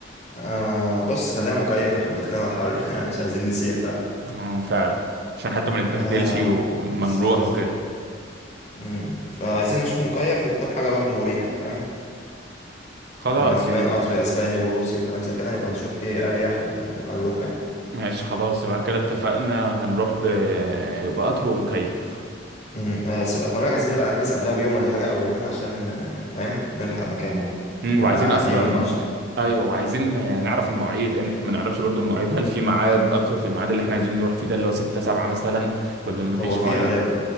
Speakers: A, on the left; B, on the right.
A: آه بص خلينا مكيف احنا داخلين على الحر <laughs> يعني مش عايزين نسيح فاهم
B: اه فعلا عشان حتى ما نتبهدلش
A: آه
B: وما
A: بالظبط
B: نروح وكده
A: مم. فعايزين نشوف مكيف وتكون حاجة برضو مريحة فاهم
B: خلاص
A: يعني في
B: يبقى
A: باين قطر اسباني وروسي وكلام زي كده نبقى نشوف ايه اريح ونبقى نروح يعني
B: ماشي خلاص يبقى كده اتفقنا هنروح ب... بقطر ومكيف
A: مم. آه بس خلي بالك عايزين نبقى نحجز قبلها بيوم ولا حاجة او يومين عشان آه فاهم نلحق مكان يعني
B: مم،
A: نبقى
B: وعايزين
A: قاعدين
B: اصلا
A: ما نقفش
B: ايوه وعايزين نعرف المواعيد لان احنا ما نعرفش برضو المواعيد هل في ميعاد قطر في الميعاد اللي احنا عايزين نروح فيه ده اللي هو 6 7 مثلا ولا مفيش
A: هو فيه
B: مواعيد
A: غالبا